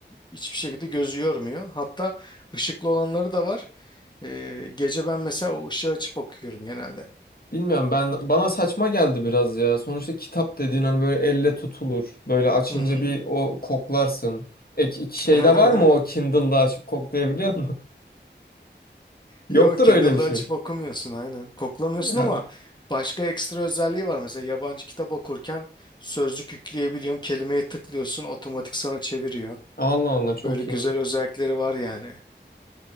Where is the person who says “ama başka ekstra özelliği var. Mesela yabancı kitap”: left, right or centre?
Left